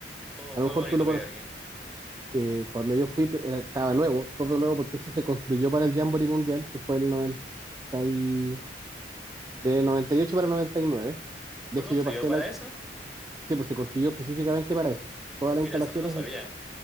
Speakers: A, in the centre; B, on the right.
A: Oh,
B: A
A: muy
B: lo mejor
A: bonito
B: tú lo conoces.
A: Peterkin.
B: Eh, cuando yo fui, tu- era- estaba nuevo, todo nuevo, porque eso se construyó para el Jamboree Mundial, que fue el 90 y- de 98 para 99.
A: ¿Fue
B: De hecho,
A: construido
B: yo pasé
A: para
B: la...
A: eso?
B: Sí, pues se construyó específicamente para eso. Todas las
A: Mira,
B: instalaciones
A: eso no lo sabía,
B: en,
A: ¿eh?